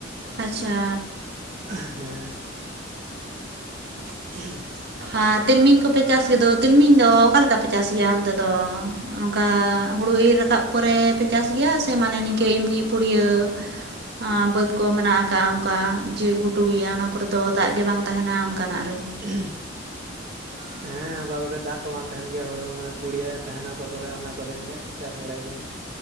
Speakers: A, on the right; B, on the right.
A: ᱟᱪᱪᱷᱟᱻ᱾
B: ᱦᱮᱸ᱾ <inaudible>
A: ᱟᱻ ᱛᱤᱞᱢᱤᱧ ᱠᱚᱯᱮ ᱪᱟᱥ ᱜᱮ ᱫᱚ ᱛᱤᱞᱢᱤᱧ ᱫᱚ ᱚᱠᱟ ᱞᱮᱠᱟ ᱯᱮ ᱪᱟᱥ ᱜᱮᱭᱟ ᱚᱱᱛᱮ ᱫᱚ? ᱱᱚᱜ-ᱚ ᱱᱝᱠᱟ ᱦᱩᱲᱩ ᱤᱨ ᱨᱟᱠᱟᱵ ᱯᱚᱨᱮ ᱯᱮ ᱪᱟᱥ ᱜᱮᱭᱟ ᱥᱮ ᱢᱟᱱᱮ ᱱᱤᱝᱠᱟᱹ ᱮᱢᱱᱤ ᱯᱩᱲᱭᱟᱹ ᱟᱸᱻ ᱵᱟᱹᱛ ᱠᱚ ᱢᱮᱱᱟᱜ ᱟᱠᱟᱜ-ᱟ ᱚᱝᱠᱟ ᱡᱮ ᱜᱷᱩᱴᱩ ᱜᱮᱭᱟ ᱚᱱᱟ ᱠᱚᱨᱮ ᱫᱚ ᱫᱟᱜ ᱜᱮ ᱵᱟᱝ ᱛᱟᱸᱦᱮᱱᱟ ᱚᱱ ᱠᱟᱱᱟᱜ ᱨᱮ?
B: <unintelligible>
A: <inaudible>
B: ᱦᱮᱸ ᱚᱠᱟ ᱠᱚᱨᱮ ᱫᱟᱜ ᱠᱚ ᱵᱟᱝ ᱛᱟᱦᱮᱱ ᱜᱮᱭᱟ ᱦᱩᱲᱩ ᱦᱚᱸ ᱢᱟᱱᱮ ᱯᱩᱲᱤᱭᱟᱹ ᱛᱟᱦᱮᱱᱟ ᱚᱠᱟ ᱠᱚᱨᱮ ᱚᱱᱟ ᱠᱚᱨᱮ ᱜᱮᱞᱮ ᱪᱟᱥ ᱵᱟᱲᱟᱭ ᱜᱮᱭᱟ᱾